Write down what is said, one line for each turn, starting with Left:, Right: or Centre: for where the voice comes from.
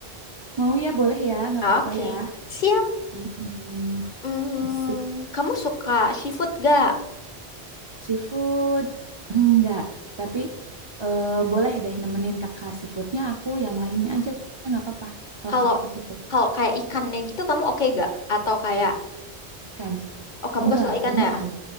Right: Mau ya, boleh ya, nggak
Left: Oke,
Right: apa-apa ya.
Left: Siap.
Right: Mm-mm.
Left: Hmm,
Right: Asik.
Left: kamu suka seafood gak?
Right: Seafood? Enggak, tapi eh, boleh deh nemenin kakak seafoodnya aku yang lainnya aja, nggak apa-apa. Kalau
Left: Kalau
Right: kakak suka seafood.
Left: kalau kayak ikannya gitu kamu oke gak? Atau kayak
Right: Ikan?
Left: oh kamu
Right: Enggak,
Left: gak suka ikan
Right: beneran.
Left: ya?